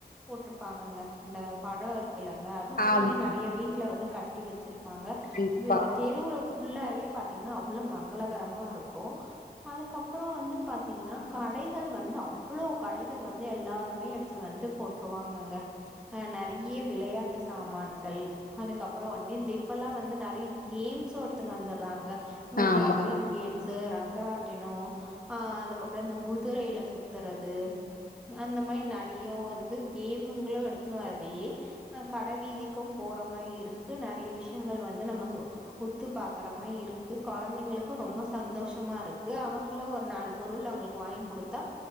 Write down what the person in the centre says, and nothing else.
போட்டிருப்பாங்கங்க இந்த பழம் இருக்குல்லங்க அதோடவே
நெறைய வீட்டல வந்து கட்டி வச்சிருப்பாங்க
விவோ தெருளோ புல்லாவே பாத்தீங்கன்னா அவ்ளோ மங்களகரமா இருக்கு அதுக்கப்பற வந்து பாத்தீங்கன்னா கடைகள் வந்து அவ்வளோ கடைகள் வந்து எல்லாருமே எடுத்துட்டு வந்து போட்டுருவாங்கங்க அ நெறையா விளையாட்டு சாமான்கள் அதுக்கப்பறோ வந்து இந்த இப்போல வந்து யே கேம்ஸ் எடுத்துன்னு வந்துடுறாங்க அ
ஜம்ப்பிங் கேம் சேய்ராங்க மகராட்டினம் அஹ் அதுக்கப்பற இந்த குதிரையில சுத்துறது அந்த மாரி நெறைய வந்து கேமுங்களு எடுத்துன்னு வரவே அ கடைவீதிக்கு போற மாரி இருக்கு நெறைய விஷயங்கள் வந்து நம்ம உத்து பாக்கறமாரி இருக்கு கொழந்தைங்களுக்கு ரொம்ப சந்தோஷமா இருக்கு அவங்களு ஒரு நாலு பொருள் அவங்களுக்கு வாங்கி கொடுத்தா